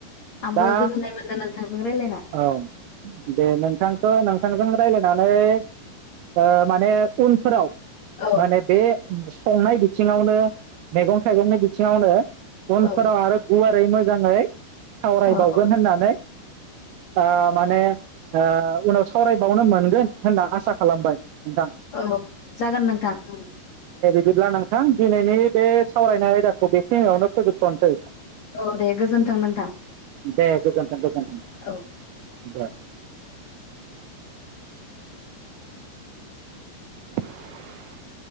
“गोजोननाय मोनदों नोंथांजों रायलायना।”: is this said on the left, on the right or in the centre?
Left